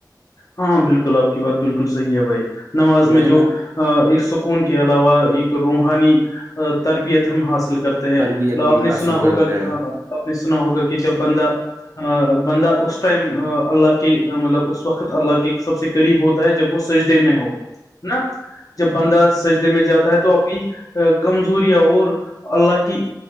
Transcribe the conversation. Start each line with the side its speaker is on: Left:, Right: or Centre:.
Left: ہاں بالکل آپ کی بات بالکل صحیح ہے بھائی نماز میں
Right: وجن
Left: جو ایک سکون کے علاوہ ایک روحانی تربیت ہم حاصل کرتے ہیں
Right: تربیت
Left: آپ نے
Right: حاصل
Left: سنا
Right: کرتا
Left: ہوگا کہ
Right: ہے
Left: آپ نے سنا ہوگا کہ جب بندہ بندہ اس ٹائم اللہ کی مطلب اس وقت اللہ کے سب سے قریب ہوتا ہے جب وہ سجدے میں ہو ہے نا جب بندہ سجدے میں جاتا ہے تو اپنی کمزوریاں اور اللہ کی